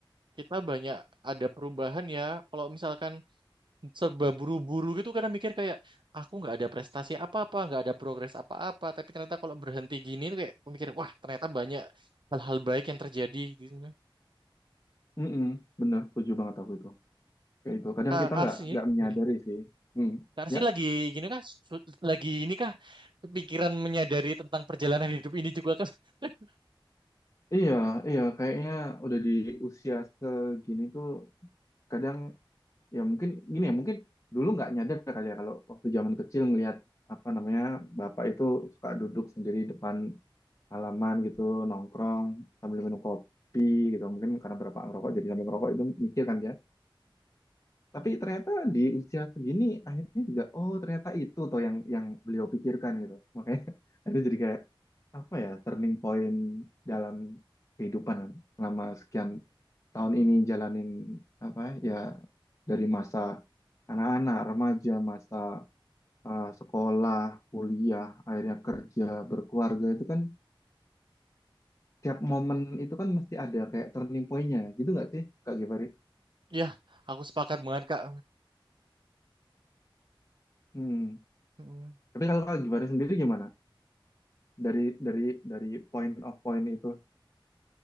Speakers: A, on the right; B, on the left.
A: kita banyak ada perubahan ya. Kalau misalkan serba buru-buru gitu karena mikir kayak aku nggak ada prestasi apa-apa nggak ada progres apa-apa tapi ternyata kalau berhenti gini tuh kayak aku mikir wah ternyata banyak hal-hal baik yang terjadi gitu
B: Mm, mm. Bener, setuju banget aku itu. Kayak itu. Kadang
A: Kak
B: kita
A: Arsi
B: nggak
A: ini
B: nggak menyadari
A: gini.
B: sih. Hmm.
A: Kak Arsi
B: Ya,
A: lagi gini kan su- lagi ini kah pikiran menyadari tentang perjalanan hidup ini juga kan <laughs>
B: iya, iya. Kayaknya udah di usia segini tuh kadang ya mungkin gini ya mungkin dulu nggak nyadar kali ya kalau waktu zaman kecil ngelihat apa namanya bapak itu suka duduk sendiri depan halaman gitu nongkrong sambil minum kopi gitu mungkin karena bapak ngerokok jadi sambil ngerokok itu mikir kan dia Tapi ternyata di usia segini akhirnya juga oh ternyata itu toh yang yang beliau pikirkan gitu. Makanya <laughs> itu jadi kayak apa ya turning point dalam kehidupan kan. Selama sekian tahun ini jalanin apa ya dari masa anak-anak, remaja, masa eh, sekolah, kuliah, akhirnya kerja, berkeluarga itu kan tiap momen itu kan mesti ada kayak turning point-nya gitu nggak sih Kak Givari?
A: ya aku sepakat banget Kak
B: Hmm.
A: Hmm.
B: Tapi kalau Kak Givari sendiri gimana? dari dari dari point of point itu.